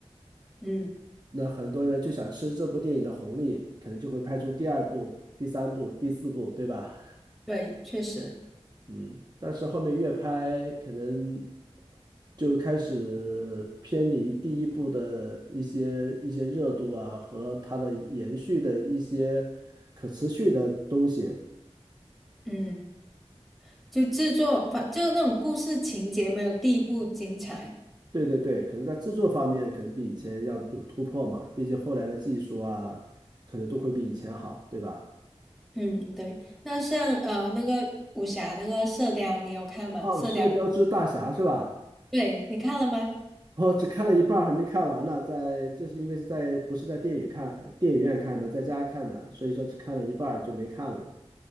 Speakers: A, in the centre; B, on the right.
A: 嗯，
B: 那很多人就想吃这部电影的红利，可能就会拍出第二部、第三部、第四部，对吧？
A: 对，确实，
B: 嗯，但是后面越拍，可能就开始偏离第一部的一些一些热度啊，和它的延续的一些可持续的东西。
A: 嗯，就制作反就那种故事情节没有第一部精彩。
B: 对对对，可能在制作方面，可能比以前要有突破嘛，毕竟后来的技术啊，可能都会比以前好，对吧？
A: 嗯，对。那像呃那个武侠那个《射雕》，你有看吗？
B: 哦，
A: 《射雕》
B: 《射雕之大侠》是吧？
A: 对，你看了吗？
B: 我只看了一半儿，还没看完呢。在，这是因为是在不是在电影看，电影院看的，在家看的，所以说只看了一半儿就没看了。